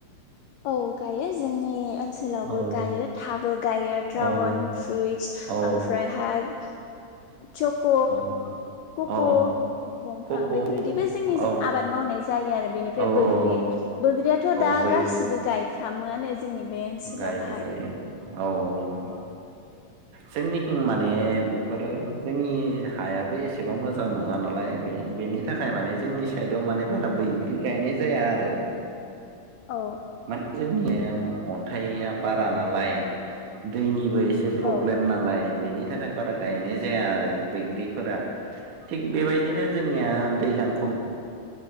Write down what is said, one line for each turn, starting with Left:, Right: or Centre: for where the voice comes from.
Left: औ गायो जोंनि ओन सोलावबो
Right: औ
Left: गायो थाबो गायो ड्रागन
Right: औ
Left: फ्रुइटस
Right: औ
Left: ओमफ्राय हाय चख'
Right: औ
Left: कक'
Right: औ
Left: बंफां
Right: खखौ
Left: बेफोरबायदिबो जोंनिजों
Right: औ
Left: आबाद मावनाय जायो आरो बेनिफ्राय
Right: औ
Left: बोग्रि।
Right: औ
Left: बोग्रियाथ'
Right: औ
Left: दा
Right: बै
Left: गासिबो गायफ्रामोआनो जोंनि बे ओनसोलावहाय
Right: गायो गायो औ औ औ जोंनिखिं माने बेफोरो जोंनि हायाबो एसेबां मोजां नङा ना‌ लाय बेनि थाखाय माने जोंनि साइदआव माने बारा बैग्रि गायनाय जाया आरो
Left: औ
Right: माने जोंनिया अन्थाइया बारा नालाय दैनिबो एसे प्रब्लेम
Left: औ
Right: नालाय बेनि थाखाय बारा गायनाय जाया आरो बैग्रिफोरा थिग बेबायदिनो जोंनिया दैलां <unintelligible>